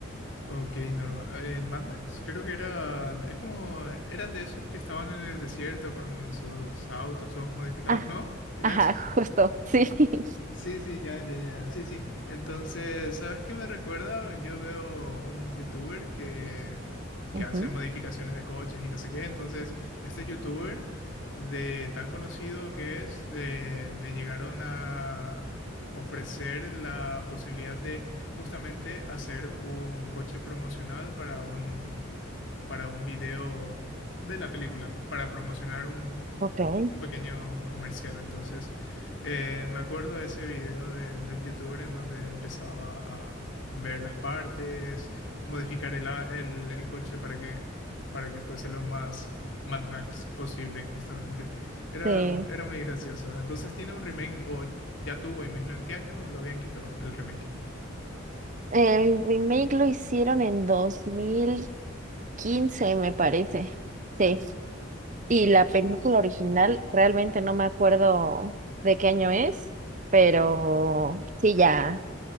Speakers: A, on the left; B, on the right.
A: Ok, normal. En Mad Max creo que era, es como, eran de esos que estaban en el desierto con sus autos todos modificados,
B: Ah,
A: ¿no? ¿Era
B: ajá,
A: ese?
B: justo, sí. <laughs>
A: Sí, sí, ya, ya, ya, sí, sí. Entonces, ¿sabes qué me recuerda? Yo veo un youtuber que, que
B: Ujú,
A: hace modificaciones de coches y no sé qué. Entonces, este youtuber, de tan conocido que es, eh, le llegaron a ofrecer la posibilidad de justamente hacer un coche promocional para un, para un video de la película, para promocionar un,
B: ok,
A: un pequeño comercial. Entonces, eh, me acuerdo de ese video de- del youtuber en donde empezaba a ver las partes, modificar el, a- el- el coche para que, para que fuese lo más Mad Max posible, justamente. Era,
B: sí.
A: era muy gracioso. Entonces tiene un remake, o ya tuvo, imagino en qué año lo habían quitado el remake.
B: El remake lo hicieron en dos mil quince me parece. Sí, Y la película original, realmente no me acuerdo de qué año es, pero sí, ya,